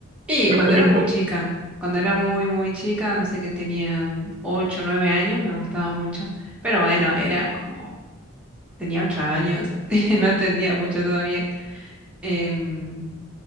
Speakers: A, in the centre; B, on the right.
A: Y
B: cuéntame
A: cuando era
B: un
A: muy
B: poco.
A: chica, cuando era muy, muy chica, no sé que tenía mm, ocho, nueve años, me gustaba mucho. Pero bueno, era como, tenía ocho años, <laughs> no entendía mucho todavía. Em,